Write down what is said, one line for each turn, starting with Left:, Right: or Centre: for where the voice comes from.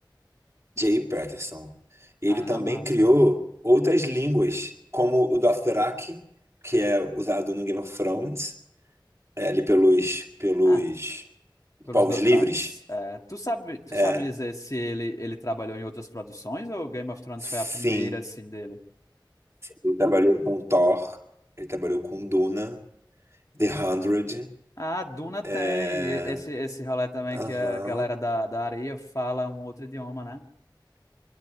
Right: J. Patterson. Ele
Left: ah,
Right: também
Left: massa.
Right: criou outras línguas, como o Dothraki, que é usado no Game of Thrones, é, ali pelos, pelos
Left: Ah, Pelos
Right: povos
Left: Dothrax.
Right: livres.
Left: É, tu sabe, tu
Right: É,
Left: sabe me dizer se ele, ele trabalhou em outras produções ou Game of Thrones
Right: sim,
Left: foi a primeira, assim, dele?
Right: ele trabalhou com Thor, ele trabalhou com Duna, The Hundred.
Left: Ah, Duna tem.
Right: é,
Left: e- Esse, esse rolê também
Right: Aham.
Left: que a galera da, da areia fala um outro idioma, né?